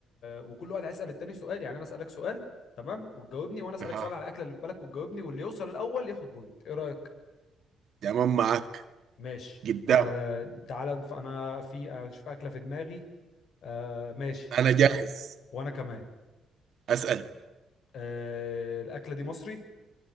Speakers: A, on the left; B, on the right.
A: وكل واحد هيسأل التاني سؤال يعني انا أسألك سؤال تمام وتجاوبني وانا أسألك
B: اها
A: سؤال على الأكلة اللي في بالك وتجاوبني واللي يوصل الأول ياخد بوينت ايه رأيك
B: تمام معاك
A: ماشي
B: قدام
A: آه تعالى نف- انا في اشوف اكله في دماغي آه ماشي
B: انا جاهز
A: في... وانا كمان
B: اسأل
A: آه الاكله دي مصري